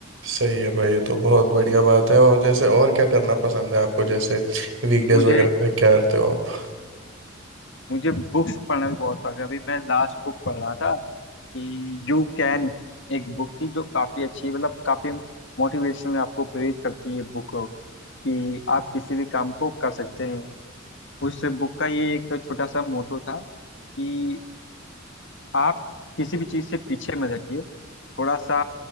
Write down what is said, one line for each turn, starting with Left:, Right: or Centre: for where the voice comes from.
Right: सही है भाई ये तो बहुत बढ़िया बात है और जैसे और क्या करना पसंद है आपको जैसे वीकडेज
Left: मुझे
Right: वगैरह पे क्या करते हो आप
Left: मुझे बुक्स पढ़ना भी बहुत शौक है अभी मैं लास्ट बुक पढ़ रहा था कि यू कैन एक बुक थी जो काफी अच्छी मतलब काफी मोटिवेशन आपको प्रेरित करती है बुक कि आप किसी भी काम को कर सकते हैं उस बुक का ये एक छोटा सा मोटो था कि आप किसी भी चीज़ से पीछे मत हटिए थोड़ा सा